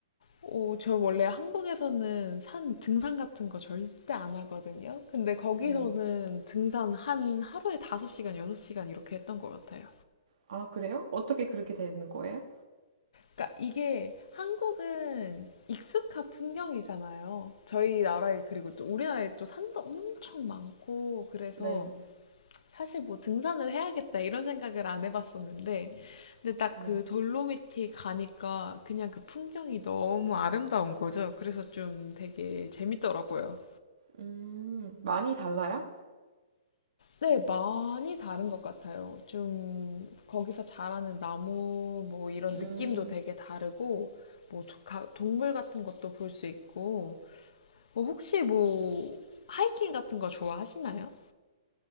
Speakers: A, on the left (about 70°); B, on the right (about 75°).
A: 어, 저 원래 한국에서는 산 등산 같은 거 절대 안 하거든요. 근데 거기서는
B: 네.
A: 등산 한 하루에 다섯 시간 여섯 시간 이렇게 했던 것 같아요.
B: 아 그래요? 어떻게 그렇게 되는 거예요?
A: 그러니까 이게 한국은 익숙한 풍경이잖아요. 저희 나라에 그리고 또 우리나라에 또 산도 엄청 많고 그래서
B: 네,
A: 사실 뭐 등산을 해야겠다 이런 생각을 안 해봤었는데 근데 딱
B: 네.
A: 그 돌로미티 가니까 그냥 그 풍경이 너무 아름다운 거죠. 그래서 좀 되게 재밌더라고요.
B: 음 많이 달라요?
A: 네, 많이 다른 것 같아요. 좀 거기서 자라는 나무 뭐 이런
B: 음,
A: 느낌도 되게 다르고 뭐 도- 가- 동물 같은 것도 볼 수 있고 뭐 혹시 뭐 하이킹 같은 거 좋아하시나요?